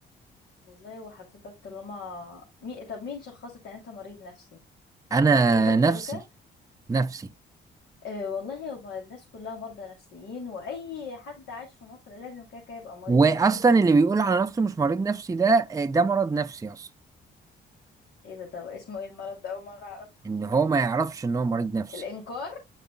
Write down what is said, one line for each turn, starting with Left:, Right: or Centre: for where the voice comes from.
Left: والله وحضرتك طالما مي... طب مين شخصك ان انت مريض نفسي
Right: انا
Left: رحت للدكتور
Right: نفسي
Left: قبل كده
Right: نفسي
Left: آه والله هو الناس كلها مرضى نفسيين واي حد عايش في مصر لازم كده كده يبقى مريض
Right: واصلا
Left: نفسي
Right: اللي بيقول على نفسه مش مريض نفسي ده آه، ده مرض نفسي اصلا
Left: ايه ده طب اسمه ايه المرض ده اول مرة أعرفه.
Right: ان هو ما يعرفش ان هو مريض نفسي
Left: الإنكار